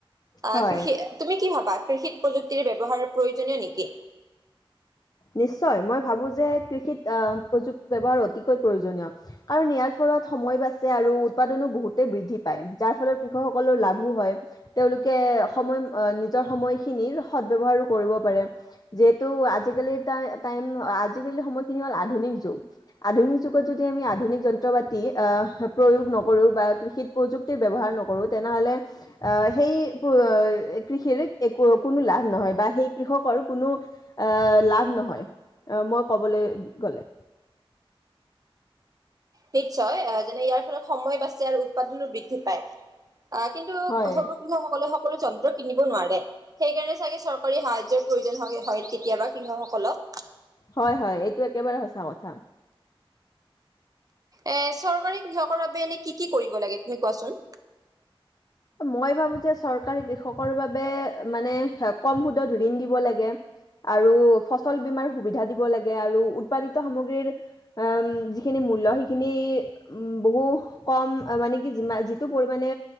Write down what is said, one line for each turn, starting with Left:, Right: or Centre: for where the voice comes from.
Right: আহ
Left: হয়
Right: কৃষি তুমি কি ভাব বা কৃষিত প্ৰযুক্তিৰ ব্যৱহাৰ প্ৰয়োজনীয় নেকি
Left: নিশ্চয় মই ভাবো যে কৃষিত আহ প্ৰযুক্তি ব্যৱহাৰ অতিকৈ প্ৰয়োজনীয় কাৰণ ইয়াৰ ফলত সময় বাচে আৰু উৎপাদনো বহুতেই বৃদ্ধি পায় যাৰ ফলত কৃষকসকলৰ লাভো হয় তেওঁলোকে সময় নিজৰ সময়খিনিৰ সদ ব্যবহাৰো কৰিব পাৰে যিহেতু আ আজি কালি টা টাইম আজিকালি সময়খিনি হ'ল আধুনিক যুগ আধুনিক যুগত যদি আমি আধুনিক যন্ত্ৰ পাতি আহ প্ৰয়োগ নকৰো বা কৃষিত প্ৰযুক্তিৰ ব্যৱহাৰ নকৰো তেনেহলে অ সেই কু কৃষিৰ একো কোনো লাভ নহয় বা সেই কৃষকৰ কোনো আ লাভ নহয় আহ মই ক'বলৈ গ'লে
Right: নিশ্চয় এ যেনে ইয়াৰ ফলত সময় বাছে আৰু উৎপাদনো বৃদ্ধি পায় অ কিন্তু
Left: হয়।
Right: সৰু কৃষকসকলে কোনো যন্ত্ৰ কিনিব নোৱাৰে সেইকাৰণে চাগে চৰকাৰী সাহায্যৰ প্ৰয়োজন হয় হয় কেতিয়াবা কৃষকসকলক
Left: হয় হয় এইটো একেবাৰে সঁচা কথা
Right: এ চৰকাৰে কৃষকৰ বাবে এনে কি কি কৰিব লাগে তুমি কোৱাচোন
Left: মই ভাবো যে চৰকাৰে কৃষকৰ বাবে মানে কম সুদত ঋণ দিব লাগে আৰু ফচল বীমাৰ সুবিধা দিব লাগে আৰু উৎপাদিত সামগ্ৰীৰ অম যিখিনি মূল্য সেইখিনি উম বহু কম মানে কি যিমা যিটো পৰিমাণে